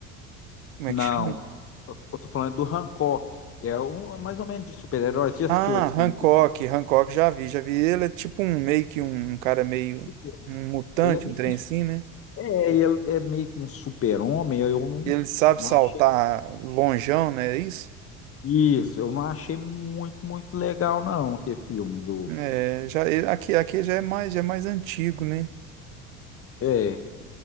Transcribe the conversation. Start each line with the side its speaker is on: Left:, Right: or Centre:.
Right: Como
Left: Não,
Right: é que chama?
Left: eu eu tô falando do Hancock. É um é mais ou menos de super-herói. Você já assistiu
Right: Ah,
Left: esse filme?
Right: Hancock.
Left: dele?
Right: Hancock já vi, já vi. Ele é tipo um meio que um, cara meio
Left: Super-
Right: um mutante,
Left: Ele é meio
Right: um trem
Left: que um, su-
Right: assim, né?
Left: é, ele é meio que um super-homem. Eu não,
Right: Ele sabe
Left: não
Right: saltar
Left: achei.
Right: lonjão, né? É isso?
Left: Isso, eu não achei muito, muito legal, não, aquele filme do.
Right: É, já, ele- aqui, aqui já é mais, já é mais antigo, né?
Left: É.